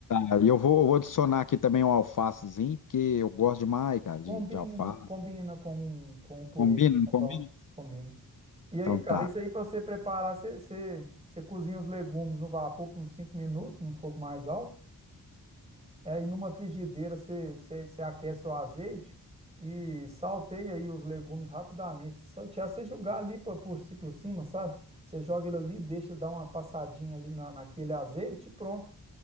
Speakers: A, on the left; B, on the right.
A: Aí eu vou, eu vou adicionar aqui também um alfacezinho, porque eu gosto demais, cara,
B: Combina,
A: de, de alface.
B: combina com, com o purê,
A: Combina, não
B: é
A: combina?
B: bom, combina. E aí,
A: Então
B: cara,
A: tá.
B: isso aí pra você preparar, você, você, você cozinha os legumes no vapor por uns 5 minutos, num fogo mais alto. É, e numa frigideira você você- você aquece o azeite e salteia aí os legumes rapidamente. Se Saltear, você jogar ali por, por, ci- por cima, sabe? Você joga ele ali, deixa dar uma passadinha ali na, naquele azeite e pronto.